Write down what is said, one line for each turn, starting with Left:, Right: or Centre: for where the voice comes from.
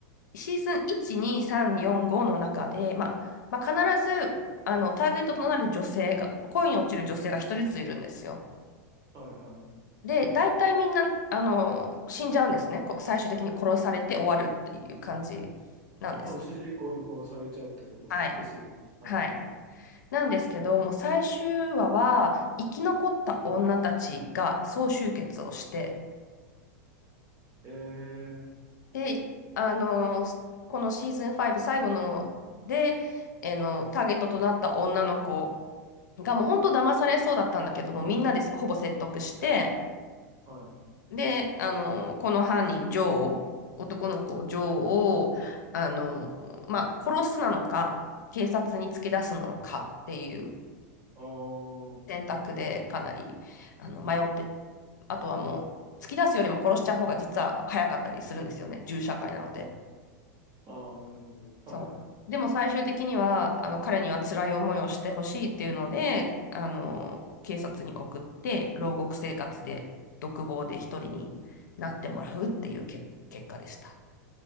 Left: シーズン1、2、3、4、5の中で、まあ、まあ、必ず、あの、ターゲットとなる女性が、恋に落ちる女性が一人ずついるんですよ。
Right: はいはい。
Left: で、大体みんな、あの、死んじゃうんですね。こ最終的に殺されて終わるっていう感じなんですけど。
Right: この主人公に殺されちゃうってことですよね。
Left: はい。
Right: はいは
Left: はい。なんですけど、もう最終話は、生き残った女たちが総集結をして、
Right: い。えー、
Left: で、あの、すこのシーズン5最後ので、えーの、ターゲットとなった女の子がもう本当騙されそうだったんだけども、みんなでほぼ説得して、
Right: はい。
Left: で、あの、この犯人、ジョー、男の子、ジョーを、あの、
Right: はい、
Left: まあ、殺すなのか、警察に突き出すなのかっていう
Right: あー
Left: 選択でかなり、あの、迷って、あとはもう、突き出すよりも殺しちゃう方が実は早かったりするんですよね、銃社会なので。
Right: あー、なるほど。
Left: そう。
Right: はいは
Left: でも最終的には、あの、彼には辛い思いをしてほしいっていうので、あの、警察に送って、牢獄生活で、独房で一人になってもらうっていうけ、結果でした。